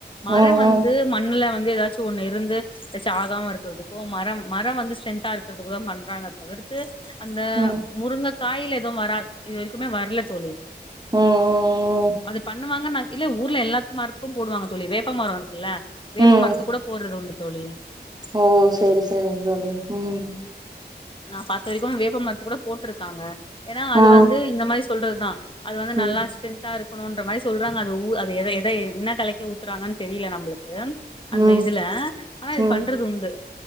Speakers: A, on the left; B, on the right.
A: மரம்
B: ம்
A: வந்து
B: ம்
A: மண்ணுல வ ந்து ஏதாச்சும் ஒண்ணு இருந்து ஏதாச்சும் ஆகாம இருக்கிறதுக்கோ மரம் மரம் வந்து ஸ்ட்ரென்தா இருக்கிறதுக்கோ தான் பண்றாங்க தவிர்த்து அந்த
B: ம்
A: முருங்கை காயில எதுவும் வராது இதுவரைக்குமே வரல தோழி
B: ம் ம்
A: அது பன் னுவாங்கனா இல்ல ஊருல எல்லா மரத்துக்கும் போடுவாங்க தோழி வேப்ப மரம் இருக் குல்ல வேப்ப
B: ம் ம்
A: மரத்து கூட போடுறது உண்டு தோழி
B: ஓ சரி சரிங்க தோழி உம்
A: நா பாத்த வரைக்கு வேப்ப மரத்து கூட போ ட்ருக்காங்க ஏன்னா அது
B: ஆ
A: வந்து இந்த மாரி சொல்றதுதா அது வந்து
B: ம்
A: நல்லா ஸ்ரென்த்தா இருக் கணுன்ற மாரி சொல்றாங்க அது உ அது எத எதை என்ன கலக்கி ஊத்தறாங்கன் தெரியல நம்மளுக்கு அந்த
B: ம்
A: இதுல ஆனா இது
B: ம் ம்
A: பண்றது உண்டு